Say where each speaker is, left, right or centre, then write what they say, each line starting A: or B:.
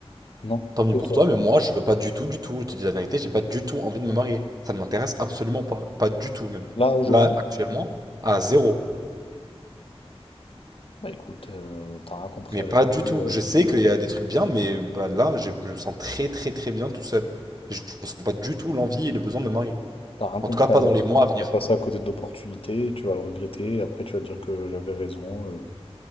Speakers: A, on the left (about 60°); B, on the right (about 35°).
A: non,
B: Tant mieux
A: que
B: pour
A: toi.
B: toi, mais moi, je veux pas du tout, du tout. Je te dis la vérité, j'ai pas du tout envie de me marier. Ça ne m'intéresse absolument pas. Pas du tout, même.
A: Là, aujourd'hui?
B: Là, actuellement, à zéro.
A: Bah écoute, euh, t'as rien compris
B: Mais
A: à
B: pas
A: la vie.
B: du tout. Je sais qu'il y a des trucs bien, mais bah, là, je, je me sens très, très, très bien tout seul. Je ne ressens pas du tout l'envie et le besoin de me marier.
A: T'as rien
B: En
A: compris
B: tout cas, pas
A: à la
B: dans
A: vie,
B: les mois à venir.
A: tu vas passer à côté d'opportunités, tu vas le regretter, et après tu vas dire que j'avais raison, euh,